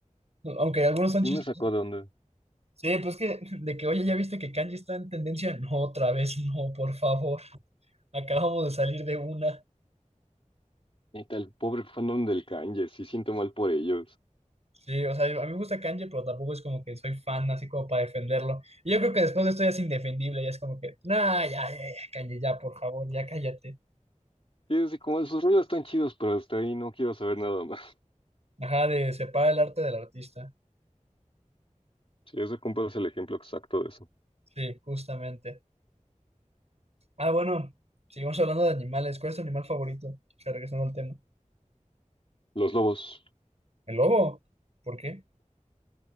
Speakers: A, on the right; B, on the left.
A: Aunque algunos son
B: Sí
A: chistes.
B: me sacó de onda.
A: Sí, pues que, de que, oye, ¿ya viste que Kanji está en tendencia? No, otra vez no, por favor. Acabamos de salir de una.
B: Neta, el pobre fandom del Kanye, sí siento mal por ellos.
A: Sí, o sea, a mí me gusta Kanji, pero tampoco es como que soy fan, así como para defenderlo. Y yo creo que después de esto ya es indefendible, ya es como que, nah, ya, ya, ya, Kanji, ya, por favor, ya cállate.
B: Y es así como sus rolas están chidos, pero hasta ahí no quiero saber nada más.
A: Ajá, de separa el arte del artista.
B: Sí, ese compa es el ejemplo exacto de eso.
A: Sí, justamente. Ah, bueno, seguimos hablando de animales. ¿Cuál es tu animal favorito? O sea, regresando al tema.
B: Los lobos.
A: ¿El lobo? ¿Por qué?